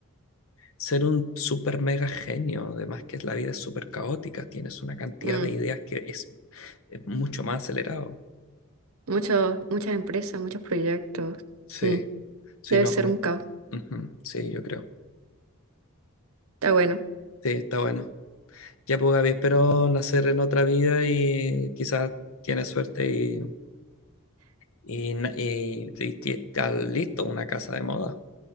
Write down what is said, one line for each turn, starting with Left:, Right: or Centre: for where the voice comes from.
Left: Ser un super mega genio, además que la vida es súper caótica, tienes una cantidad
Right: Mm.
Left: de ideas que es, es mucho más acelerado.
Right: Muchos, muchas empresas, muchos proyectos.
Left: Sí,
Right: Mm.
Left: sí,
Right: Debe
Left: no,
Right: ser
Left: como...
Right: un caos.
Left: Ujú, sí, yo creo.
Right: Está bueno.
Left: Sí, está bueno. Ya pues Gaby, espero nacer en otra vida y quizás tienes suerte y, y, na- y- y- y está listo una casa de moda.